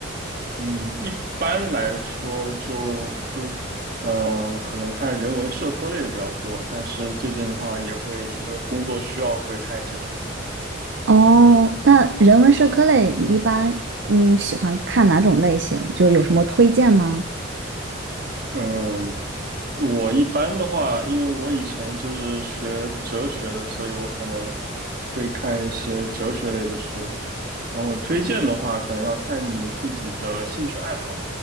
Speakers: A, on the right; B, on the right.
A: 嗯，一般来说就就，嗯，可能看人文社科类的比较多，但是最近的话也会因为工作需要会看一些书。
B: 哦，那人文社科类你一般嗯喜欢看哪种类型？就有什么推荐吗？
A: 嗯，我一般的话，因为我以前就是学哲学的，所以我可能会看一些哲学类的书。然后推荐的话，可能要看你自己的兴趣爱好，